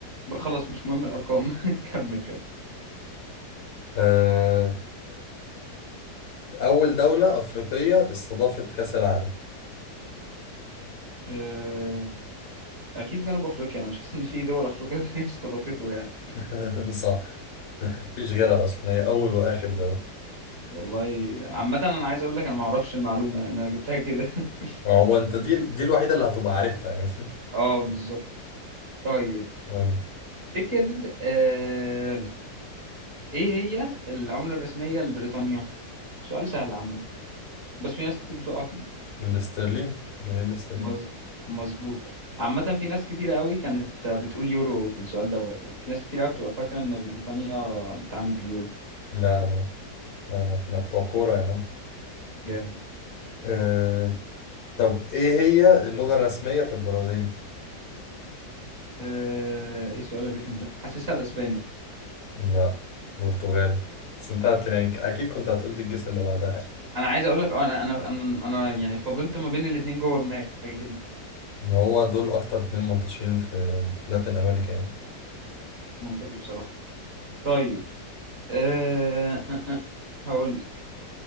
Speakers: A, on the right; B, on the left.
A: بقى، خلاص مش مهم الارقام <laughs> كمل
B: آه اول دوله افريقيه استضافت كاس العالم
A: كمل اكيد جنوب افريقيا انا مش حاسس ان في دول افريقيه تانية <laughs> استضافته يعني
B: <laughs> صح مفيش غيرها اصلا هي اول واخر دوله
A: والله عامه انا عايز اقول لك انا ما اعرفش المعلومه لان انا جبتها كده <laughs>
B: ما هو انت دي دي الوحيده اللي هتبقى عارفها يعني
A: اه بالظبط طيب
B: ولا
A: تفتكر آه ايه هي العمله الرسميه لبريطانيا سؤال سهل عامه بس في ناس كتير بتقع فيه
B: الاسترليني جنيه الاسترليني
A: مظ- مظبوط عامه في ناس كتير قوي كانت بتقول يورو في السؤال دوت يعني في ناس كتير قوي بتبقى فاكره ان بريطانيا بتتعامل باليورو
B: لا لا آه، احنا بتوع كورة يا عم
A: جامد
B: آه طب ايه هي اللغة الرسمية في البرازيل؟
A: آه ايه السؤال الرخم ده حاسسها الاسباني
B: لا برتغالي بس انت هت- يعني اكيد كنت هتقول دي الجيس اللي بعدها يعني
A: انا عايز اقول لك اه انا انا انا أنا يعني فضلت ما بين الاتنين جوه دماغي كده
B: وهو دول اكتر اتنين منتشرين في لاتين امريكا يعني
A: منطقي بصراحة طيب أه... أه... أه. هقول لك